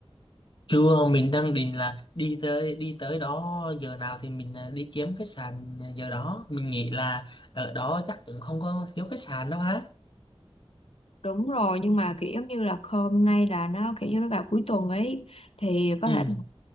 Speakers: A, on the left; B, on the left.
A: chưa mình đang định là đi tới đi tới đó giờ nào thì mình ờ, đi kiếm khách sạn giờ đó mình nghĩ là ở đó chắc cũng không có thiếu khách sạn đâu ha
B: đúng rồi nhưng mà kiểu giống như là hôm nay là nó kiểu như nó vào cuối tuần ấy thì có
A: ừ.
B: thể